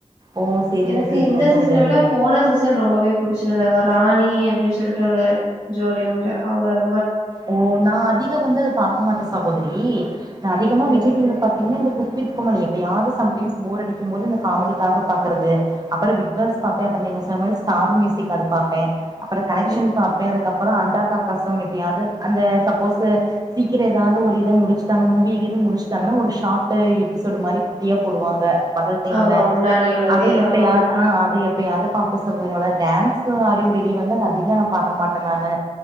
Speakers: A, on the right; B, on the right.
A: ஓ சேரிங்க
B: எனக்கு
A: சேரிங்க
B: இந்த சீசன
A: சகோதரி
B: விட போன சீசன் ரொம்பவே புடிச்சிருந்தாங்க ராணி அப்டி சொல்ட்டு ஒரு ஜோடிண்டு அவுங்க ரொ
A: ஓ நா அதிக வந்து அத பாக்க மாட்டே சகோதரி நா அதிகமா
B: சரி
A: விஜய்
B: சரி
A: டீவில பாத்தீங்கன்னா இந்த குக் வித் கோமாளி எப்பயாது சம்டைம்ஸ் போர் அடிக்கும் போது இந்த காமெடிக்காக பாக்றது அப்றோ பிக்பாஸ் பாப்பே அப்றோ நீங்க சொன்ன மேரி ஸ்டார் மியூசிக் அது பாப்பே அப்றோ கனெக்ஷன்
B: சரி
A: பாப்பே அதுக்கப் அப்றோ அண்டாக்கக்கசம் எப்பயாது அந்த சப்போஸு சீக்ரோ ஏதயாது ஒரு இத முடிச்சுட்டாங்க மூவிய இது முடிச்சுட்டாங்கன்னா ஒரு ஷாட் டே எபிசோட் மாரி குட்டியா போடுவாங்க பகல் டைம்ல
B: ஆமா முன்னாடி உள்ளதே
A: அத எப்பயாது
B: ஆமா ஆமா
A: ஆ அத எப் எப்பயாது பாப்பே சகோதரி ஆனா டான்ஸ் ஆர் யு ரெடி வந்து அதிகமா நா பாக்க மாட்ட நானு